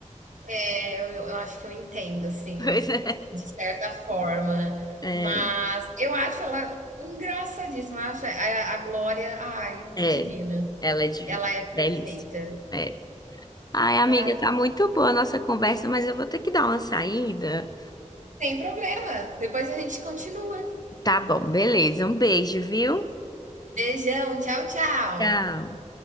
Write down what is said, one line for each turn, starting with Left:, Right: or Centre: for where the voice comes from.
Right: É, eu eu acho que eu entendo, assim,
Left: Pois é.
Right: de certa forma,
Left: É,
Right: mas eu acho ela engraçadíssima, eu acho a a Glória, ai,
Left: é.
Right: divina.
Left: ela é divina.
Right: Ela é perfeita,
Left: Delícia. É. Ai, amiga,
Right: maravilhosa.
Left: tá muito boa a nossa conversa, mas eu vou ter que dar uma saída.
Right: Sem problema, depois a gente continua.
Left: Tá bom, beleza. Um beijo, viu?
Right: Beijão, tchau, tchau.
Left: Tchau.